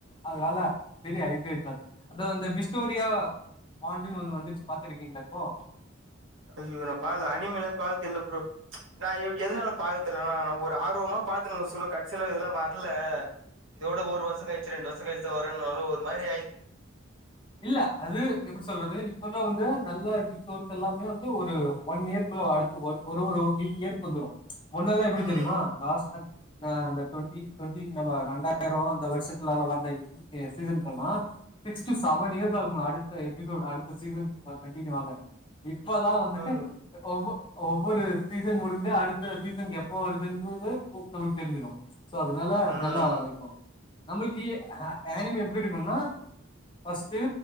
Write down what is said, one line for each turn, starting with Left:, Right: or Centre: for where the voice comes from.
Left: அதுனால பெரிய ஐ பி கிளாஸ் அதா அந்த பிஸ்டோரியா பாண்டுன்னு ஒன்னு வந்துச்சு பாத்துருக்கீங்ளா இப்போ
Right: ஐயயோ நா பாக்ல அனிமலெ பாத்ததில்ல ப்ரோ நா எதுனால பா தெலனா நா ஒரு ஆர்வமா பாத்துனுக்க சொல்ல கட்சில இதெல்லா வர்ல இதோட ஒரு வர்ஷோ கழிச்சு ரெண்டு வர்ஷோ கழிச்சு தா வருனோன ஒரு மாரிஆயிச்
Left: இல்ல அது எப்டி சொல்றது இப்பல்லா வந்து நல்ல இர்க்கு சோர்ஸ் எல்லாமே வந்து ஒரு ஒன் இயர்குள்ள அடு ஒரு ஒரு ஒரு இயற்கு வந்துரு முன்னல்லா எப்புடி
Right: ம்
Left: தெரியுமா லாஸ்டா நா அந்த டுவெண்ட்டி டுவெண்டி நம்ம ரெண்டாயிரோ அந்த வருஷத்லால வந்த இது இது சீசன் போல்லா சிக்ஸ் டு
Right: ம்
Left: செவன் இயர்ஸ் ஆகுமா அடுத்த எபிசோட் அடுத்த சீசன் கண்டினியூ ஆக இப்பதா
Right: ம்
Left: வந்துட்டு ஒவ்வொ ஒவ்வொரு சீசன் முடிஞ்சி அடுத்த சீசன் எப்போ வருதுன்றது நமளுக்கு தெரிஞ்சிடு சோ அதனால
Right: ம் ம்
Left: நல்லா இருக்கு நம்மளுக்கி ஆ ஆனிமி எப்டி இருக்குன்னா ஃபஸ்ட்டு